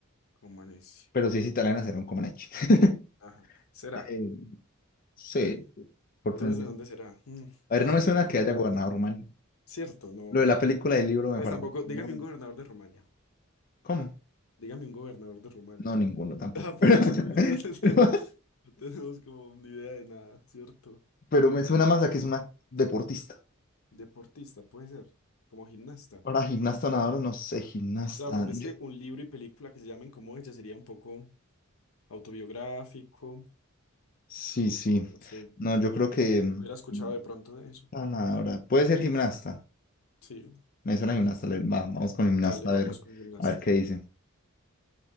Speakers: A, on the left (about 80°); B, on the left (about 45°).
A: Como necio.
B: pero si es italiana será un Comaneci. <laughs>
A: Ajá. Será.
B: Eh, Sí, por
A: Entonces,
B: pronunciación.
A: ¿de dónde será? Mm,
B: A
A: no,
B: ver, no me suena
A: no tengo.
B: que haya gobernado Rumania.
A: Cierto, no.
B: Lo de la película del libro me
A: Pues
B: parece.
A: tampoco.
B: No,
A: Dígame un gobernador de Rumania.
B: ¿cómo?
A: Dígame un gobernador de Rumania.
B: No, ninguno
A: <laughs>
B: tampoco.
A: Ah, por
B: <laughs>
A: eso, entonces <laughs> no tenemos,
B: Pero,
A: no tenemos como ni idea de nada, ¿cierto?
B: pero me suena más a que es una deportista.
A: Deportista, puede ser. Como gimnasta.
B: Ahora, gimnasta, nadadora, no sé, gimnasta.
A: Claro, porque es
B: Yo-
A: que un libro y película que se llamen como ella sería un poco autobiográfico.
B: sí, sí.
A: No sé.
B: No, yo creo que. mm,
A: Hubiera escuchado
B: gimnasta,
A: de pronto de eso.
B: nadadora. Puede ser gimnasta.
A: Sí,
B: Me suena gimnasta. le- va, vamos con gimnasta
A: dale, vamos
B: a ver,
A: con gimnasta.
B: a ver qué dice.